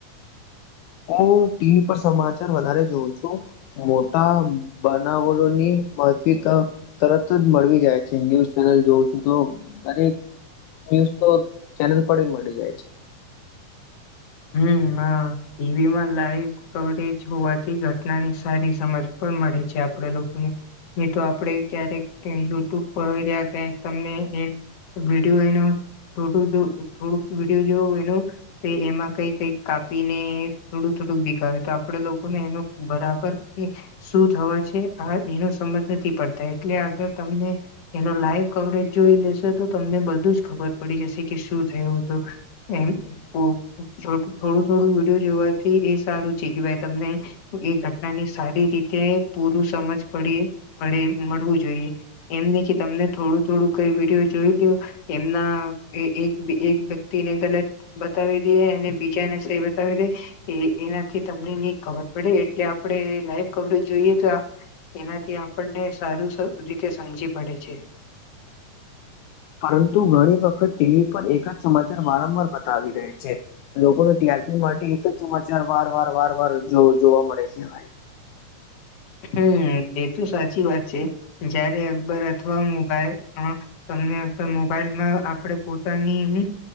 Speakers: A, on the left; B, on the left.
A: હું, ટીવી પર સમાચાર વધારે જોઉં છું. મોટા બનાવલોની થી, તો તરત જ મળવી જાય છે, ન્યુઝ ચેનલ જોઉં છું તો દરેક ન્યૂઝ તો ચેનલ પર મળી જાય છે.
B: હમ, હા ટીવી માં લાઈવ કવરેજ હોવાથી ઘટનાની સારી સમજ પણ મળે છે, આપડ લોકોને એ તો, આપડે ક્યારેક યુટ્યુબ પર્યા ક તમને એમ વિડીયો એનું છોટું જો થોડુંક વિડીયો જોવ એનું તો એમાં કઈ, કઈ કાપીને થોડું, થોડું ભીગાવ્યું તો આપડે લોકોને એનો બરાબર કે શું થવા છે, આ એનો સમજ નથી પડતા એટલે, આગળ તમને એનો લાઈવ કવરેજ જોઈ લેશે તો, તમને બધું જ ખબર પડી જશે કે શું થું હતું. એમ થોડું થોડું વિડીિયો જોવાથી એ સારું છે, કે ભાઈ તમને એ ઘટના ની સારી રીતે પૂરું સમજ પડી મળે મળવું જોઈએ એમ નહી કે તમને થોડું થોડું કઈ વિડીયો જોઈ લ્યો એમના એક એક વ્યક્તિને ગલત બતાવી દેએ ને બીજા ને સે બતાવી દે એ એનાથી તમને ની ખબર પડે એટલે આપણે લાઈવ કવરો જોઈએ તો આ એનાથી આપણને સારું રીતે સમજી પડે છે
A: પરંતુ ઘણી વખત ટીવી પર એક જ સમાચાર વારંવાર બતાવી રહ્યા છે લોકોને ટીઆરપી માટે એક જ સમાચાર વાર વાર વાર વાર જોવા મળે છેાઈ
B: હમ એ તો સાચી વાત છે જયારે અકબર અથવા મોબાઈલ તમને મોબાઈલમાં આપડે પોતાની